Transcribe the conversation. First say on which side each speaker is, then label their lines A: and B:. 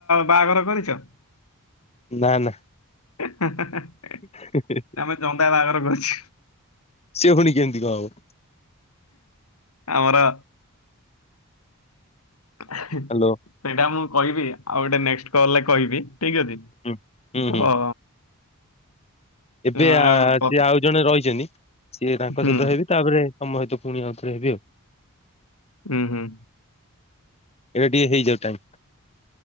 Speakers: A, on the left; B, on the left.
A: ବାହାଘର କରିଛ।
B: ନା ନା।
A: ହା ହା।
B: ହ।
A: ଜନ୍ଦା ବାହାଘର କରିଛି।
B: ସିଏ ଫୁଣି କେମିତି କଣ ହବ?
A: ଆମର ହ।
B: ହ୍ୟାଲୋ।
A: ସେଇଟା ମୁଁ କହିବି। ଆଉ ଗୋଟେ ନେକ୍ସଟ କଲରେ କହିବି ଠିକ ଅଛି।
B: ହୁଁ ହୁଁ
A: ତ
B: ହୁଁ ଏବେ
A: ଆଉ
B: ଆ
A: ପ-
B: ସିଏ ଆଉ ଜଣେ ରହିଛନ୍ତି ସିଏ ତାଙ୍କ
A: ହୁଁ
B: ସହିତ ହେବି ତାପରେ ତମ ସହିତ ପୁଣି ଆଉ ଥରେ ହେବି ଆଉ।
A: ହୁଁ, ହୁଁ।
B: ଏଇନା ଟିକେ ହେଇଯାଉ ଟାଇମ୍।